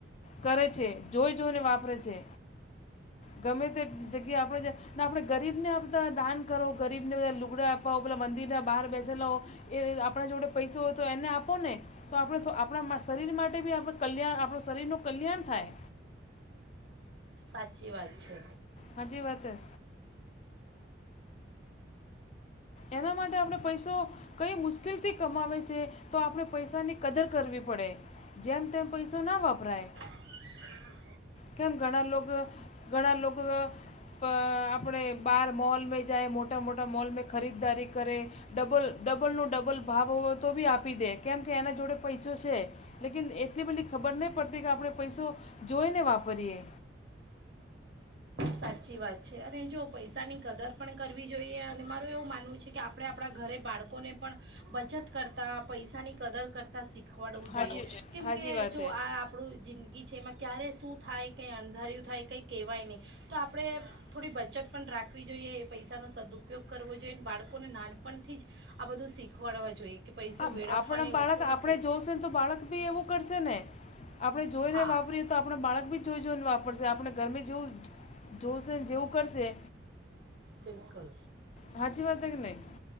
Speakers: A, on the left (about 35°); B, on the right (about 65°).
A: કરે છે. જોઈ જોઈને વાપરે છે. ગમે તે જગ્યા આપણે આપણે ગરીબને બધા દાન કરો. ગરીબને બધા લુગડા આપાવો, પેલા મંદિરના બહાર બેસેલા એ આપણા જોડે પૈસો હોય તો એને આપો ને. તો આપણે આપણા શરીર માટે બી આપણે કલ્યાણ આપણું શરીરનું કલ્યાણ થાય.
B: સાચી વાત છે.
A: હાચી વાતે. એના માટે આપણે પૈસો કઈ મુશ્કેલથી કમાવે છે. તો આપણે પૈસાની કદર કરવી પડે. જેમ તેમ પૈસો ના વાપરાય.
B: હેડો હેડો.
A: કેમ ઘણા લોકો ઘણા લોકો. પ આપણે બહાર મૉલ મે જાય મોટા મોટા મોલ મે ખરીદારી કરે. ડબલ ડબલ નો ડબલ ભાવ હો તો બી આપી દે કેમ કે એના જોડે પૈસો છે. લેકિન એટલી બધલી ખબર નહીં પડતી કે આપણે પૈસો જોઈને વાપરીએ.
B: સાચી વાત છે. અને જો પૈસાની કદર પણ કરવી જોઈએ અને મારું એવું માનવું છે કે આપણે આપણા ઘરે બાળ લોકોને પણ બચત કરતા પૈસાની કદર કરતાં શીખવાડવું જોઈએ.
A: હાચી
B: કેમકે
A: હાચી વાત
B: જો
A: હે
B: આ આપણું જિંદગી છે એમાં ક્યારે શું થાય? કંઈ અણંધાર્યું થાય, કંઈ કહેવાય નહીં. તો આપણે થોડી બચત પણ રાખવી જોઈએ. એ પૈસાનો સદુઉપયોગ કરવો જોઈએ, અને બાળકોને નાનપણથી જ આ બધું શીખવાડવા જોઈએ. કે પૈસો
A: આ
B: વેડફવાની
A: આપણા બાળક
B: વસ્તુ
A: આપણે
B: નથી
A: જોશે ને તો બાળક ભી એવું કરશે ને. આપણે જોઈને
B: હા
A: વાપરીએ તો આપણે બાળક બી જોઈ જોઈને વાપરશે, આપણે ઘરમે જેવું જ. જોશે ને જેવું કરશે.
B: બિલકુલ.
A: સાચી વાત છે કે નહીં